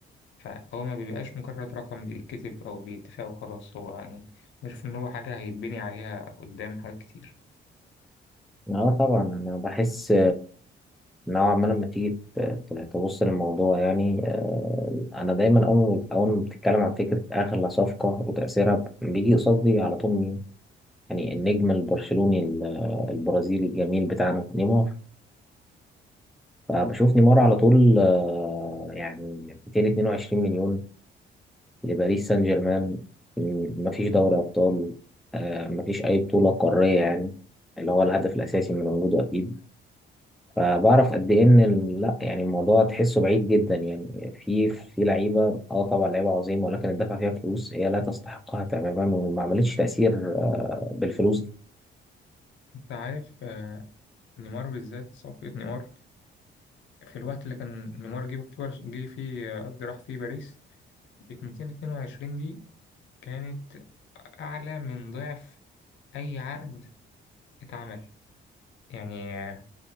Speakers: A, on the left; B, in the centre.
A: فهو ما بيبقاش مجرد رقم بيتكتب أو بيتفق وخلاص هو يعني غير إن هو حاجة هيتبني عليها قدام حاجات كتير
B: اه طبعا انا بحس نوعا ما لما تيجي ت- ت- تبص للموضوع يعني آه، انا دايما اول اول ما بتتكلم عن فكره اغلى صفقه وتاثيرها ب- بيجي قصادي على طول مين يعني النجم البرشلوني ال- آه، البرازيلي الجميل بتاعنا نيمار فبشوف نيمار على طول آه، يعني 222 مليون لباريس سان جيرمان م- مفيش دوري ابطال آه، مفيش اي بطوله قاريه يعني اللي هو الهدف الاساسي من وجوده اكيد فبعرف قد ايه ان ال- لا يعني الموضوع تحسه بعيد جدا يعني في في لعيبه اه طبعا لعيبه عظيمه ولكن الدفع فيها فلوس هي لا تستحقها تماما وما عملتش تاثير آه، بالفلوس دي
A: أنت عارف آه، نيمار بالذات صفقة نيمار في الوقت اللي كان نيمار جه في برش- جه فيه آه، قصدي راح فيه باريس 222 دي كانت أعلى من ضعف أي عقد اتعمل يعني آه،